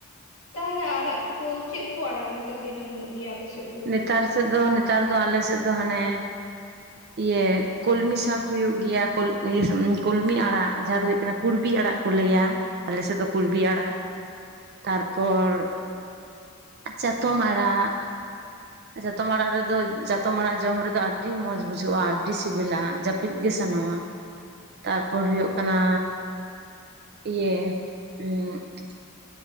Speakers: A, on the left; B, on the right.
A: ᱛᱟᱦᱚᱞᱮ ᱟᱲᱟᱜ ᱠᱚ ᱪᱮᱫ ᱠᱚ ᱟᱲᱟᱜ ᱱᱮᱛᱟᱨ ᱫᱤᱱ ᱮᱢᱚᱱᱚᱜ ᱜᱮᱭᱟ ᱟᱯᱮᱼᱼ ᱥᱮᱫ ᱫᱚ?
B: ᱱᱮᱛᱟᱨ ᱥᱮᱫ ᱫᱚ ᱱᱮᱛᱟᱨ ᱫᱚ ᱟᱞ ᱥᱮᱫ ᱫᱚ ᱦᱟᱱᱮᱼᱼ ᱤᱭᱟᱹ ᱠᱚᱞᱢᱤ ᱥᱟᱠ ᱦᱩᱭᱩᱜ ᱜᱮᱭᱟ ᱠᱚᱞᱢᱤ ᱟᱲᱟᱜ ᱡᱟᱦᱟᱸ ᱫᱚ ᱦᱩᱭᱩᱜ ᱠᱟᱱᱟ ᱠᱩᱲᱵᱤ ᱟᱲᱟᱜ ᱠᱚ ᱞᱟᱹᱭᱟ ᱟᱞᱮ ᱥᱮᱫ ᱫᱚ ᱠᱩᱲᱵᱤ ᱟᱲᱟᱜ ᱛᱟᱨᱯᱚᱨᱼᱼ ᱪᱟᱛᱚᱢ ᱟᱲᱟᱜ, ᱪᱟᱛᱚᱢ ᱟᱲᱟᱜ ᱨᱮᱫᱚ ᱪᱟᱛᱚᱢ ᱡᱚᱢ ᱨᱮᱫᱚ ᱟᱲᱟᱜ ᱡᱚᱢ ᱨᱮᱫᱚ ᱟᱹᱰᱤ ᱢᱚᱸᱡᱽ ᱵᱩᱡᱷᱟᱹᱜᱼᱟ ᱟᱹᱰᱤ ᱥᱤᱵᱤᱞᱟ᱾ ᱡᱟᱹᱯᱤᱫ ᱜᱮ ᱥᱟᱱᱟᱣᱟ ᱛᱟᱨ ᱯᱚᱨ ᱦᱩᱭᱩᱜ ᱠᱟᱱᱟ᱾ ᱤᱭᱟᱹ <unintelligible>